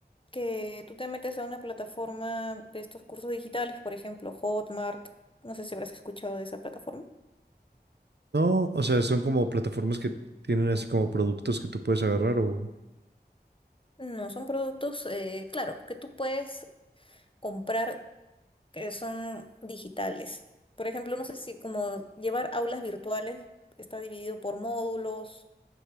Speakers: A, on the left; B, on the right.
A: que tú te metes a una plataforma de estos cursos digitales, por ejemplo, Hotmart. No sé si habrás escuchado de esa plataforma.
B: No, o sea, son como plataformas que tienen así como productos que tú puedes agarrar o...
A: No, son productos, eh, claro, que tú puedes comprar que son digitales. Por ejemplo, no sé si como llevar aulas virtuales está dividido por módulos